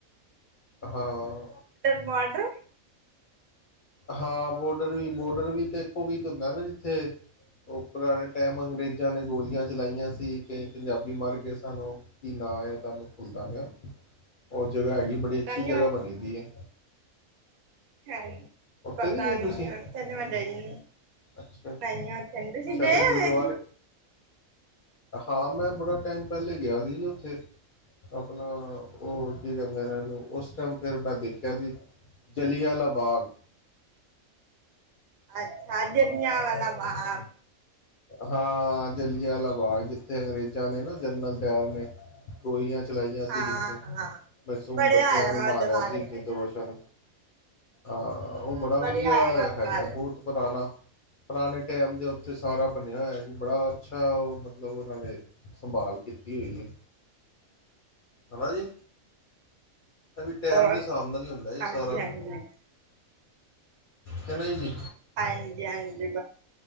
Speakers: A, on the left; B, on the right.
A: ਹਾਂ
B: ਬਾਰਡਰ-
A: ਹਾਂ, ਬੋਡਰ ਵੀ ਬੋਡਰ ਵੀ ਤੇ, ਇੱਕੋ ਵੀ ਤਾਂ ਹੁੰਦਾ ਨਾ ਜਿੱਥੇ ਉਹ ਪੁਰਾਣੇ ਟਾਈਮ ਅੰਗਰੇਜ਼ਾਂ ਨੇ ਗੋਲੀਆਂ ਚਲਾਈਆਂ ਸੀ। ਕਈ ਪੰਜਾਬੀ ਮਰ ਗਏ ਸਨ। ਉਹ ਕਿ ਨਾ ਆ, ਉਹਦਾ ਮੈਂ ਭੁੱਲਦਾ ਪਿਆ। ਜਗ੍ਹਾ ਹੈਗੀ। ਬੜੀ
B: ਪਤਾ
A: ਅੱਛੀ ਜਗਾ
B: ਨੀ
A: ਬਣੀ ਦੀ ਹੈ
B: ਹਾਂ
A: ਉੱਥੇ
B: ਪਤਾ
A: ਗਏ
B: ਨਹੀਂ,
A: ਤੁਸੀਂ
B: ਉਥੇ ਤੇ ਮੈਂ ਗਈ ਨਹੀਂ
A: ਅੱਛਾ
B: ਨਹੀਂ ਉੱਥੇ ਨਹੀਂ ਤੁਸੀਂ
A: ਅੱਛਾ
B: ਗਏ
A: ਤੇ ਗੁਰਦੁਆਰੇ
B: ਉ ਜੀ
A: ਹਾਂ, ਮੈਂ ਬੜਾ ਟਾਈਮ ਪਹਿਲੇ ਗਿਆ ਸੀ ਜੀ ਉੱਥੇ। ਆਪਣਾ ਉਹ ਕੀ ਕਹਿੰਦੇ ਰਹਿਦੇ ਨੇ, ਉਸ ਟਾਈਮ ਫਿਰ ਮੈਂ ਦੇਖਿਆ ਸੀ। ਜਲਿਆਂਵਾਲਾ ਬਾਗ
B: ਅੱਛਾ, ਜਲਿਆਂਵਾਲਾ-ਬਾਗ
A: ਹਾਂ, ਜਲਿਆਂਵਾਲਾ ਬਾਗ। ਜਿੱਥੇ ਅੰਗਰੇਜ਼ਾਂ ਨੇ ਨਾ ਜਨਰਲ ਡਾਇਰ ਨੇ ਗੋਲੀਆਂ ਚ ਚਲਾਈਆਂ ਸੀ,
B: ਹਾਂ
A: ਜਿੱਥੇ
B: ਹਾਂ
A: ਮਾਸੂਮ
B: ਪੜ੍ਹਿਆ
A: ਬੱਚਿਆਂ
B: ਹੋਇਆ
A: ਨੂੰ
B: ਮੈਂ
A: ਮਾਰਿਆ
B: ਉਹਦੇ ਬਾਰੇ
A: ਸੀ ਨਿਰਦੋਸ਼ਾਂ ਨੂੰ- ਹਾਂ,
B: ਹਾਂ
A: ਉਹ ਬੜਾ
B: ਪੜ੍ਹਿਆ
A: ਵਧੀਆ
B: ਹੋਇਆ ਮੈਂ ਉਹਦੇ
A: ਹੈਗਾ।
B: ਬਾਰੇ
A: ਬਹੁਤ ਪੁਰਾਣਾ ਪੁਰਾਣੇ ਟੈਮ ਦੇ ਉੱਥੇ- ਸਾਰਾ ਬਣਿਆ ਹੋਇਆ ਜੀ। ਬੜਾ ਅੱਛਾ ਮਤਲਬ ਉਹਨਾਂ ਨੇ ਸੰਭਾਲ ਕੀਤੀ ਹੈ ਜੀ ਹਨਾ ਜੀ -ਵੀ ਟੈਮ
B: ਹੋਰ
A: ਦੇ ਹਿਸਾਬ ਨਾਲ ਹੀ ਹੁੰਦਾ ਇਹ
B: ਹਾਂਜੀ
A: ਸਾਰਾ ਕੁਛ
B: ਹਾਂਜੀ
A: ਕਿ ਨਹੀਂ ਜੀ
B: ਹਾਂਜੀ-ਹਾਂਜੀ